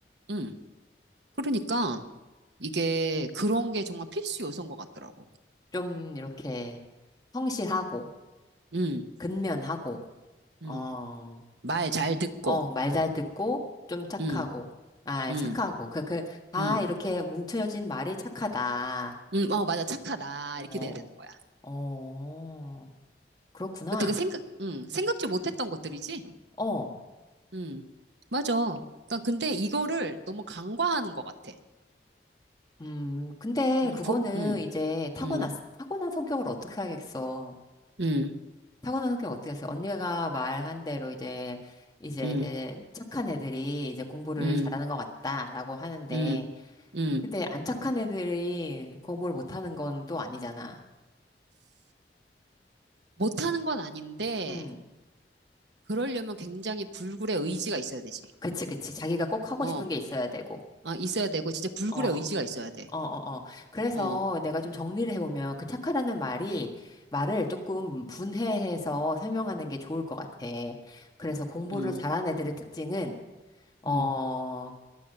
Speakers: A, on the right; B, on the left.
A: 응. 그러니까 이게 그런 게 정말 필수 요소인 것 같더라고.
B: 좀 이렇게 성실하고,
A: 응.
B: 근면하고, 어,
A: 응. 말 잘 듣고,
B: 어, 말 잘 듣고, 좀 착하고,
A: 응,
B: 아,
A: 응,
B: 착하고, 그, 그, 다
A: 응,
B: 이렇게 뭉쳐진 말이 착하다.
A: 응, 어, 맞아, 착하다.
B: 어,
A: 이렇게 돼야 되는 거야.
B: 어, 그렇구나.
A: 그 되게 생각, 응, 생각지 못했던 것들이지?
B: 어,
A: 응, 맞아. 그러니까 근데 이거를 너무 간과하는 것 같아.
B: 음, 근데
A: 응,
B: 그거는
A: 보, 응,
B: 이제 타고났,
A: 응,
B: 타고난 성격을 어떻게 하겠어.
A: 응,
B: 타고난 성격 어떻게 했어요? 언니가 말한 대로 이제, 이제,
A: 응,
B: 이제 착한 애들이 이제 공부를
A: 응,
B: 잘하는 것 같다라고 하는데,
A: 응, 응.
B: 근데 안 착한 애들이 공부를 못하는 건 또 아니잖아.
A: 못하는 건 아닌데,
B: 음
A: 그러려면 굉장히 불굴의 의지가 있어야 되지.
B: 그치, 그치. 자기가 꼭 하고
A: 어,
B: 싶은 게 있어야 되고.
A: 아, 있어야 되고, 진짜 불굴의
B: 어.
A: 의지가 있어야 돼.
B: 어, 어, 어. 그래서
A: 어,
B: 내가 좀 정리를 해보면 그 착하다는 말이 말을 조금 분해해서 설명하는 게 좋을 것 같아. 그래서 공부를
A: 음,
B: 잘하는 애들의 특징은, 어,
A: 음,